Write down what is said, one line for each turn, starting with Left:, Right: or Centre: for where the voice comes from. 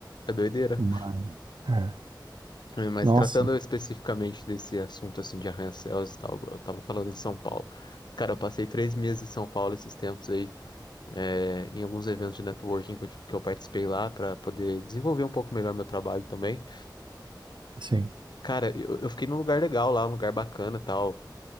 Left: É doideira.
Right: Mas, é.
Left: É, Mas
Right: Nossa,
Left: tratando especificamente desse assunto, assim, de arranha-céus e tal, eu tava falando em São Paulo. Cara, eu passei três meses em São Paulo esses tempos aí. é, em alguns eventos de networking que eu, que eu participei lá para poder desenvolver um pouco melhor meu trabalho também.
Right: sim.
Left: Cara, eu, eu fiquei num lugar legal lá, um lugar bacana e tal.